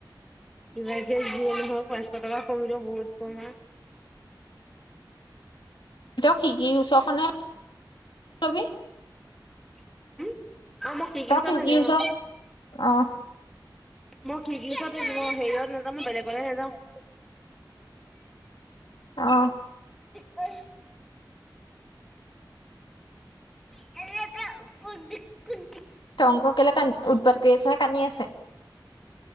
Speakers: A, in the centre; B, on the left (about 80°).
A: ইমানকে যিয়ে নহওঁক পাঁচশ টকা কমিলে বহুত কমা।
B: তই খিৰিকিৰ ওচৰখনে লবি?
A: হুম। অ মই খিৰিকিৰ
B: তই
A: ওচৰত
B: খিৰিকীৰ
A: থাকিম
B: ওচৰ
A: অ।
B: অ
A: মই খিৰিকীৰ ওচৰত থাকিম অ হেৰিয়ত নেযাওঁ বেলেগলে নেযাওঁ। <unintelligible>
B: অহ।
A: <unintelligible> <unintelligible>
B: টংক কেলে কান উৎপাদ কৰি আছে নে কান্দি আছে?